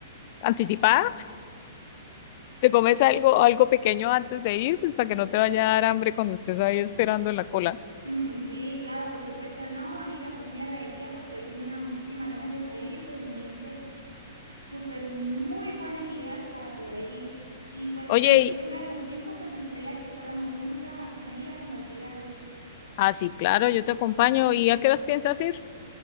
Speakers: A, on the left; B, on the right.
A: anticipada te comes algo, algo pequeño antes de ir, pues para que no te vaya a dar hambre cuando estés ahí esperando en la cola.
B: Mm, Sí, claro, por supuesto, no, amiga, pues muy agradecida porque hoy tenía muchísimas ganas de salir y pues me diste súper muy buenas ideas para poder ir. Y pues
A: Oye,
B: cuando tú
A: y,
B: tengas el tiempo, pues me gustaría que fuéramos juntas a comer y a compartir algo.
A: ah, sí, claro, yo te acompaño. ¿Y a qué horas piensas ir?